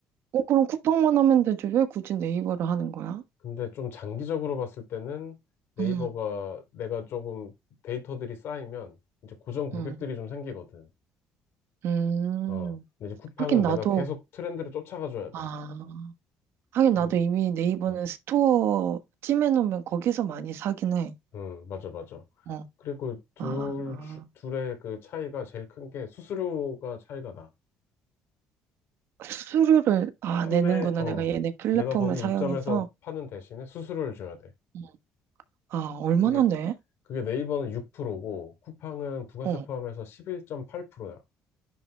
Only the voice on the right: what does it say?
어 그럼 쿠팡만 하면 되지 왜 굳이 네이버를 하는 거야?
음,
음,
음.
하긴 나도
아
하긴
나도 이미 네이버는
스토어 찜해놓으면 거기서 많이 사긴 해.
어.
아,
수수료를 아
내는구나
내가 얘네 플랫폼을
사용해서
음. 아 얼마나
내?
어